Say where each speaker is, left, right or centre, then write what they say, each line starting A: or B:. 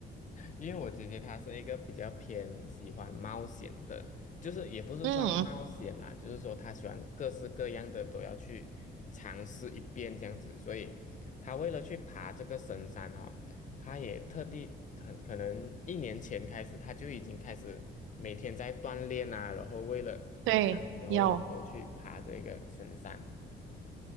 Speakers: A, on the left; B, on the right.
A: 因为我姐姐她是一个比较偏喜欢冒险的，就是也不是算冒险啦，
B: <laughs> 嗯
A: 就是说她喜欢各式各样的都要去尝试一遍这样子，所以她为了去爬这个神山哦，她也特地很可能一年前开始，她就已经开始每天在锻炼啊，然后为了当时候能够去爬这个神山。
B: 对，要，